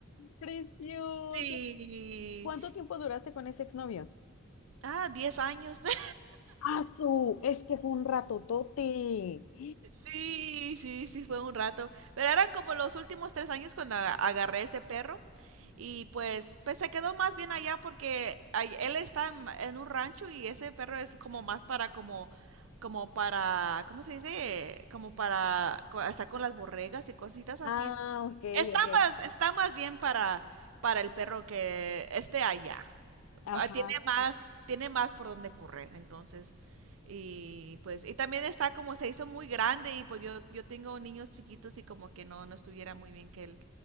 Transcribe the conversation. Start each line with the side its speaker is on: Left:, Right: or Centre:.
Left: preciosa!
Right: Sí.
Left: ¿Cuánto tiempo duraste con ese exnovio?
Right: Ah, 10 años. <laughs>
Left: ¡Ah, su! Es que fue un ratotote. <gasps>
Right: Sí, sí, sí, fue un rato. Pero eran como los últimos tres años cuando a- agarré ese perro y pues, pues se quedó más bien allá porque él está en, en un rancho y ese perro es como más para como como para, ¿cómo se dice? Como para co- estar con las borregas y cositas así.
Left: Ah, ok,
Right: Está
Left: ok.
Right: más, está más bien para, para el perro que esté allá.
Left: Ajá.
Right: Ah, Tiene más, tiene más por donde correr, entonces. Y pues, y también está como se hizo muy grande y pues yo, yo tengo niños chiquitos y como que no, no estuviera muy bien que él